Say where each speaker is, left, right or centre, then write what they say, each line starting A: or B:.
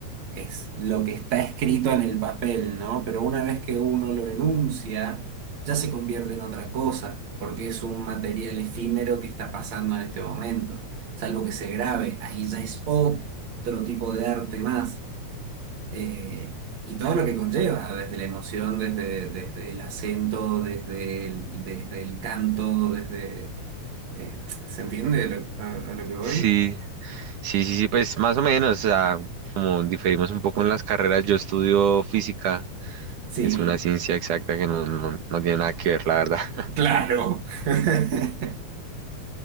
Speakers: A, on the right (about 60°); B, on the right (about 80°).
A: es lo que está escrito en el papel, ¿no? Pero una vez que uno lo enuncia, ya se convierte en otra cosa, porque es un material efímero que está pasando en este momento. Salvo que se grabe, ahí ya es otro tipo de arte más. eh, y todo lo que conlleva, desde la emoción, desde, desde el acento, desde el, desde el canto, desde... eh, ¿se entiende lo- a a lo que voy?
B: Sí, sí, sí, sí, pues más o menos, o sea, como diferimos un poco en las carreras, yo estudio física,
A: Sí,
B: es una ciencia exacta que no, no, no tiene nada que ver, la verdad. <laughs>
A: claro. <laughs>